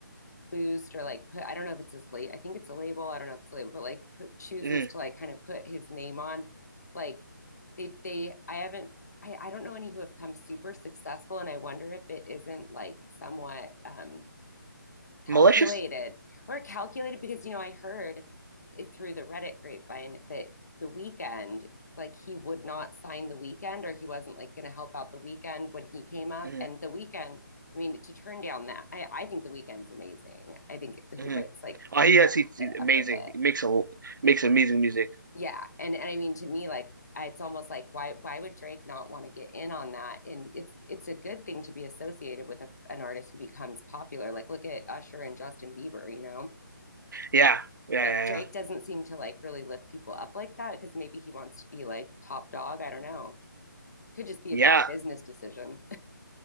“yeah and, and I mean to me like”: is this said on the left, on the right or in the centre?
Left